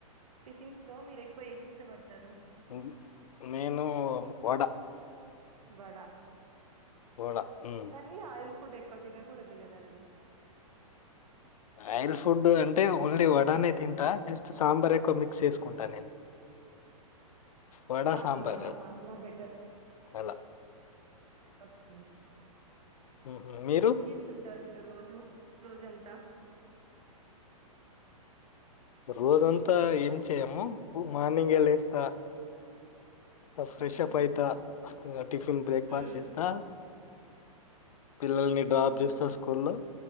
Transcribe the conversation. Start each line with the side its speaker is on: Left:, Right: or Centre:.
Right: టిఫిన్స్ లో మీరు ఎక్కువ ఏది ఇష్టపడతారు?
Left: ఉమ్ నేను వడ
Right: వడ
Left: వడ హ్మ్.
Right: కానీ ఆయిల్ ఫుడ్ ఎక్ ఏకువ తినకూడదు కదండి.
Left: ఆయిల్ ఫుడ్ అంటే ఓన్లీ వడనే తింటా జస్ట్ సాంబార్ ఎక్కువ మిక్స్ చేసుకుంటా నేను. వడ,
Right: ఆహా
Left: సాంబార్
Right: అట్లా బెటర్
Left: అలా
Right: <unintelligible>
Left: హుహు. మీరు?
Right: ఏం చేస్తుంటారు మీరు రోజు? రోజంత
Left: రోజంతా ఏం చేయము పు మార్నింగ్ గే లేస్త ఫస్ట్ ఫ్రెషప్
Right: హ్మ్
Left: అయితా టిఫిన్ బ్రేక్ఫాస్ట్
Right: హ్మ్
Left: చేస్తా పిల్లల్ని డ్రాప్
Right: హ్మ్
Left: చేస్తా స్కూల్లో